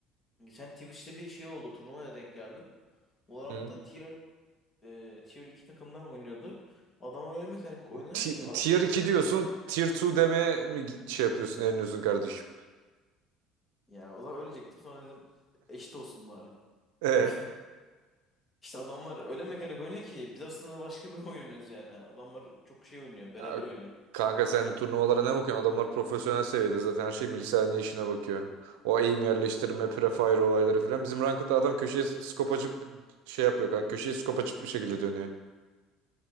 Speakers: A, on the left (about 30°); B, on the right (about 80°).
A: Geçen Twitch'te bir şey oldu. Turnuvaya denk geldim. Valorant'ta
B: Hı?
A: tier e, tier 2 takımlar oynuyordu. Adamlar öyle mekanik oynuyor
B: Ti-
A: ki a-
B: Tier 2 diyorsun. Tier 2 demeye mi şey yapıyorsun, eliniyorsun kardeşim?
A: ya o zaman ölecektim. Sonra dedim eşit olsun bari.
B: E?
A: <laughs> İşte adamlar öyle mekanik oynuyor ki biz aslında başka bir oyun oynuyoruz yani. Adamlar çok şey oynuyor, beraber
B: Ya,
A: oynuyor.
B: kanka sen turnuvalara ne bakıyorsun? Adamlar profesyonel seviyede zaten her şey milisaniye işine bakıyor. O aim yerleştirme, prefire olayları falan. Bizim ranked'da adam köşeye skop açıp şey yapıyor kanka. Köşeye skop açıp bir şekilde dönüyor.